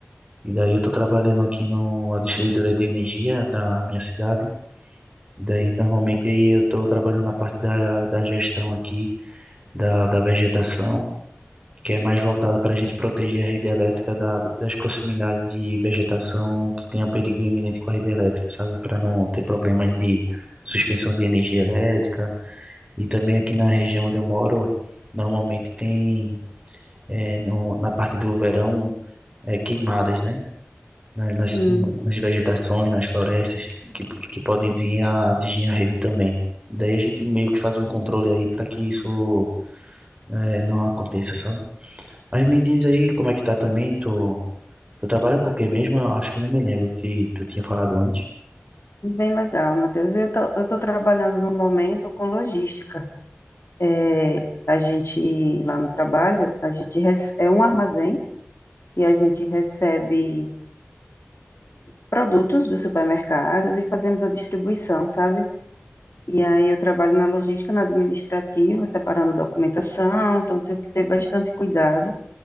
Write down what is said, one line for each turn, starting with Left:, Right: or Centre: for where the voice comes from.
Right: e daí eu estou trabalhando aqui numa distribuidora de energia da minha cidade, e daí normalmente eu estou trabalhando na parte da, da gestão aqui, da, da vegetação, que é mais voltada para a gente proteger a rede elétrica da, das proximidades de vegetação que tenha perigo iminente com a rede elétrica, sabe, para não ter problemas de suspensão de energia elétrica, E também aqui na região onde eu moro, normalmente tem, é, no, na parte do verão, é, queimadas, né? Na- Nas,
Left: Sim,
Right: no- nas vegetações, nas florestas, que, que podem vir a atingir a rede também. Daí a gente meio que faz um controle aí para que isso, é, não aconteça, sabe? Mas me diz aí como é que tá também, tu, tu trabalha com o quê mesmo? Eu acho que eu não me lembro que tu tinha falado antes.
Left: bem legal, Matheus. Eu tô, eu tô trabalhando no momento com logística. É, a gente, lá no trabalho, a gente rece- é um armazém e a gente recebe produtos dos supermercados e fazemos a distribuição, sabe? E aí eu trabalho na logística, na administrativa, separando documentação, então tenho que ter bastante cuidado.